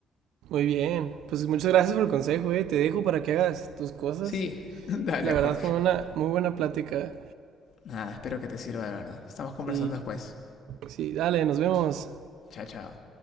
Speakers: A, on the right; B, on the left.
A: muy bien. Pues muchas gracias por el consejo, eh. Te dejo para que hagas tus cosas.
B: Sí, <laughs> dale,
A: La verdad
B: Jorge.
A: fue una muy buena plática.
B: Nada, espero que te sirva de verdad. Estamos conversando
A: Sí,
B: después.
A: sí, dale, nos vemos.
B: Chao, chao.